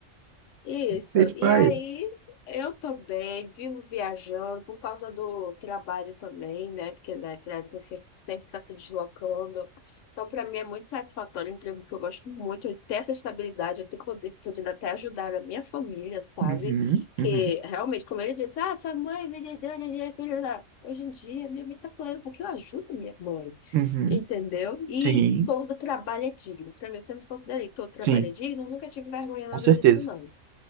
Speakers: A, on the left (about 75°); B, on the right (about 80°).
A: Isso.
B: Feito
A: E
B: pra
A: aí
B: ele.
A: eu tô bem, vivo viajando por causa do trabalho também, né? Porque, né, criança sempre está se deslocando. Então, para mim é muito satisfatório é um emprego que eu gosto muito, eu ter essa estabilidade, eu ter poder, podendo até ajudar a minha família, sabe?
B: Uhum,
A: Que
B: uhum,
A: realmente, como ele disse, ah, sua mãe me deu dinheiro, blá, blá, blá." Hoje em dia, minha mãe tá plena porque eu ajudo minha mãe,
B: uhum.
A: entendeu? E
B: Sim,
A: todo trabalho é digno. Para mim, eu sempre considerei que todo trabalho
B: sim,
A: é digno, eu nunca tive vergonha
B: com
A: nada
B: certeza.
A: disso, não.